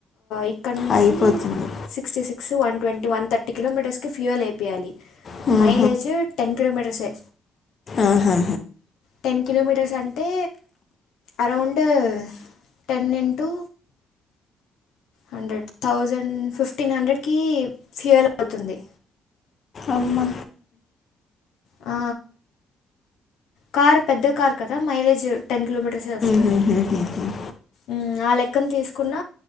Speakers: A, on the left (about 85°); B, on the left (about 50°).
A: ఇక్కడ నుంచి
B: అయిపోతుంది
A: sixty six one twenty one thirty కిలోమీటర్స్కి ఫ్యూల్ వేపియాలి.
B: హ్మ్,
A: మైలేజ్ టెన్ కిలోమీటర్స్ యే
B: ఆహా!
A: టెన్ కిలోమీటర్స్ అంటే around ten into hundred thousand fifteen హండ్రెడ్కి ఫ్యూయల్ అవుతుంది.
B: అమ్మ
A: ఆ కార్ పెద్ద కార్ కదా మైలేజ్ టెన్ కిలోమీటర్సే వస్తుంది.
B: హ్మ్, హ్మ్, హ్మ్, హ్మ్.
A: ఊ ఆ లెక్కన చూసుకున్న